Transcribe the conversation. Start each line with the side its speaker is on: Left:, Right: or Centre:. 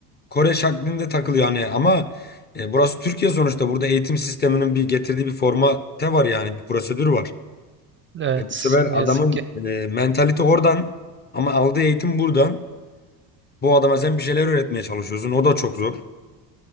Left: Kore şaklinde takılıyor hani ama e, burası Türkiye sonuçta. Burada eğitim sisteminin bir getirdiği bir formate var yani bir prosedür var.
Right: Evet
Left: E, bu sefer
Right: ne yazık
Left: adamın
Right: ki.
Left: e, mentalite oradan ama aldığı eğitim buradan. Bu adama sen bir şeyler öğretmeye çalışıyorsun. O da çok zor.